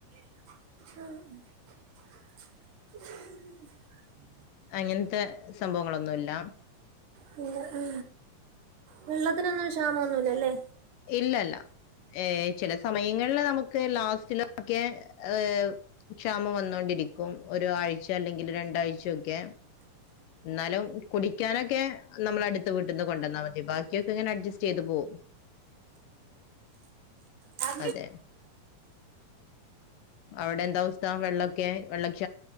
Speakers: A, on the right (about 70°); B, on the left (about 75°).
A: ആ
B: അങ്ങനത്തെ സംഭവങ്ങളൊന്നുല്ല
A: പിന്നെ ആ വെള്ളത്തിനൊന്നും ക്ഷാമൊന്നുല്ലല്ലേ
B: ഇല്ല ഏ ചില സമയങ്ങളിൽ നമുക്ക് ലാസ്റ്റിൽ ഒക്കെ ഏ ക്ഷാമം വന്നോണ്ടിരിക്കും ഒരാഴ്ച അല്ലെങ്കിൽ രണ്ടാഴ്ചൊക്കെ ന്നാലും കുടിക്കാനൊക്കെ നമ്മളെ അടുത്ത വീട്ടിന്ന് കൊണ്ടുവന്നാൽ മതി ബാക്കിയൊക്കെ ഇങ്ങനെ അഡ്ജസ്റ്റ് ചെയ്ത് പോകും
A: ആ
B: അതെ അവിടെ എന്താ അവസ്ഥ വെള്ളൊക്കെ വെള്ള